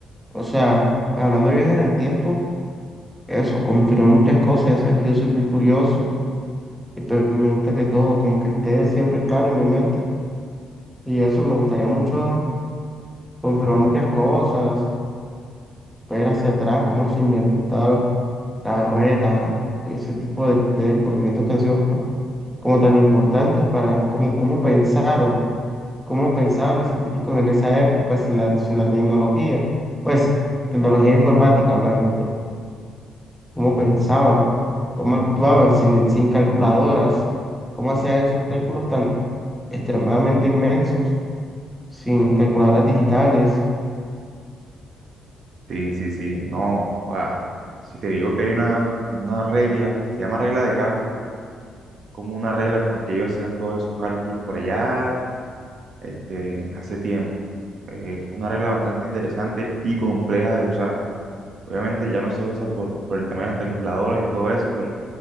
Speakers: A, in the centre; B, on the right (about 60°).
A: o sea, hablando de viajes en el tiempo, eso, confirmé muchas cosas, ya sabes que yo soy muy curioso y pues me gusta que todo como que esté siempre claro en mi mente. Y eso me gustaría mucho confirmar muchas cosas, ver hacia atrás cómo se inventaron las ruedas, ese tipo de, de descubrimientos que han sido como tan importantes para cómo, cómo pensaron ¿Cómo pensaban los científicos en esa época sin la, sin la tecnología? Pues, tecnología informática hablando. ¿Cómo pensaban? ¿Cómo actuaban sin, sin calculadoras? ¿Cómo hacían esos cálculos tan extremadamente inmensos sin calculadoras digitales?
B: Sí, sí, sí, no, o sea, si te digo que hay una, una regla, se llama regla de cálculo, como una regla con la que ellos hacían todos esos cálculos por allá este, hace tiempo. Eh, Es una regla bastante interesante y compleja de usar. Obviamente ya no se usa por, por el tema de las calculadoras y todo eso, pero